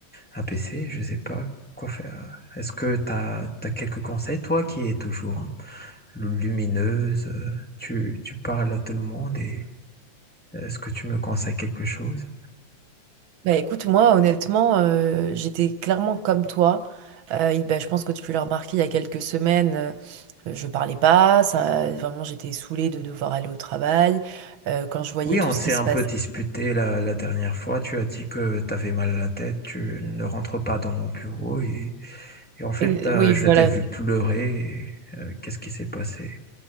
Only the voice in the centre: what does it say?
Un PC, je sais pas quoi faire. Est-ce que tu as, quelques conseils, toi qui es toujours lumineuse, euh, tu, tu parles à tout le monde et est-ce que tu me conseilles quelque chose?
Oui,
on
s'est
un
peu disputé la, la dernière fois. Tu as dit que tu avais mal à la tête, tu ne rentres pas dans mon bureau et, et en fait,
euh,
je
t'ai vu pleurer. et, euh, qu'est-ce qui s'est passé?